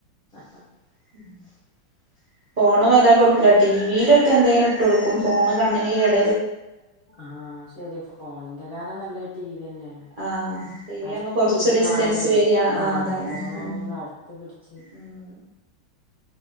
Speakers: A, on the left (about 40°); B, on the right (about 45°).
A: ആഹ
B: <inaudible> ഫോണ് വല്ലാ കൊടുക്കില്ല ടിവിയിലൊക്കെ എന്തെങ്കിലും ഇട്ട് കൊടുക്കും ഫോണ് കണ്ണിന് കേട
A: ആഹ ശരി ഫോണിന്റെ കാട്ടും നല്ല ടി വി തന്നെയാണ്
B: ആഹ് ടി വി
A: അടുത്തിരുന്ന്
B: ആവുമ്പോ കൊറച്ച് ഡിസ്റ്റൻസ്
A: കാണല്ലേ
B: വരിക
A: ആ
B: അതാണ്
A: ഫോണ്
B: ഉം
A: ആകുമ്പോ നമ്മള അടുത്ത് ച്ച്
B: ഉം